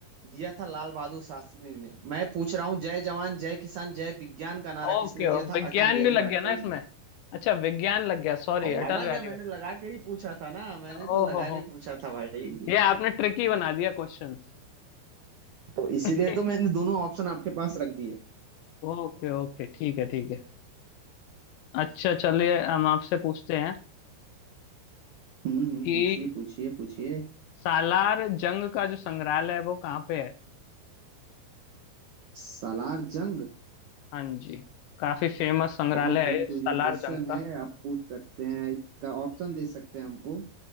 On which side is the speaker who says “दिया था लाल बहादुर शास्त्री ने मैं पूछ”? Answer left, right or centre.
Right